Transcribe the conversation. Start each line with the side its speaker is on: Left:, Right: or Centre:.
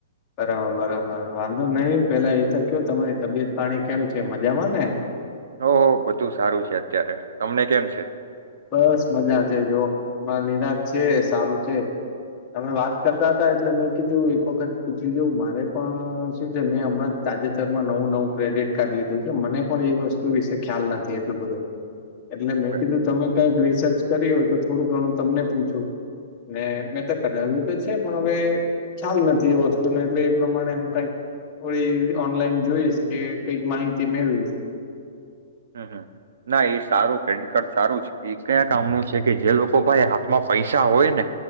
Left: બરાબર બરાબર વાંધો નહિ. પેલા એ તો કયો તમારી તબિયત પાણી કેમ છે? મજામાં ને?
Right: ઓહ બધું સારું છે. અત્યારે તમને કેમ છે?
Left: બસ મજા છે જો માં નિરાશ છે. સારું છે. તમે વાત કરતા હતા એટલે મેં કીધું એક વખત પૂછી જવું મારે પણ શું છે મેં હમણાં તાજેતરમાં નવું નવું ક્રેડિટ કાર્ડ લીધું છે. મને પણ એ વસ્તુ વિશે ખ્યાલ નથી એટલ બધો એટલે મેં
Right: બ-
Left: કીધું. તમે કઈક રિસર્ચ કરી હો તો થોડું ઘણું તમને પૂછું ને મેં તો કઢાવ્યું તો છે પણ હવે ખ્યાલ નથી એ વસ્તુને એટલે એ પ્રમાણે હું કઈક થોડી ઓનલાઈન જોઈશ કે કઈક માહિતી મેળવીશ.
Right: હમ ના એ સારું ક્રેડિટ કાર્ડ સારું જ એ કયા કામનું છે કે જે લોકો ભાઈ હાથમાં પૈસા હોય ને